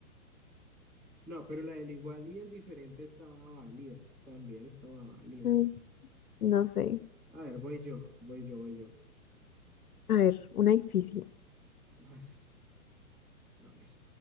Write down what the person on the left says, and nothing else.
Mm, No sé.
A ver, una difícil.